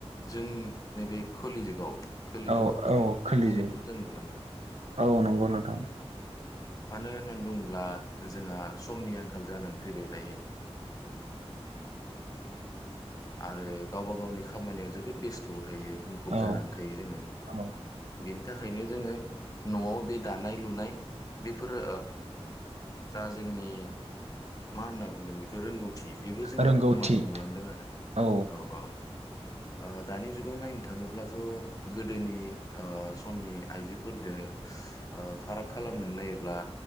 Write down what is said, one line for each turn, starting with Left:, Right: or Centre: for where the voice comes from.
Left: जों नैबे कोलि जुगाव खोलि जुगाव
Right: औ औ खोलि
Left: खम जानायखौ
Right: जुग
Left: जों नुलांदों
Right: औ नंगौ नोंथां
Left: मानो होननानै बुङोब्ला जोंहा समनि आंखाल जानानै फैबाय दायो आरो गावबा गावनि खामानियाव जोबोद बेस्थ' थायो मुखुब
Right: औ
Left: जानानै थायो जोङो बि
Right: औ
Left: बिनि थाखायनो जोङो न'आव बे दानाय लुनाय बेफोरो जा जोंनि मा होनना बुंगोन बेफोर रोंगौथि थि बेबो जोंना
Right: रोंगौथि
Left: गोमानो हमलांदों आरो
Right: औ
Left: औ औ ओ दानि जुगाव नायनो थाङोब्लाथ' गोदोनि ओ समनि आइजोफोरदो ओ फाराग खालामनानै नायोब्ला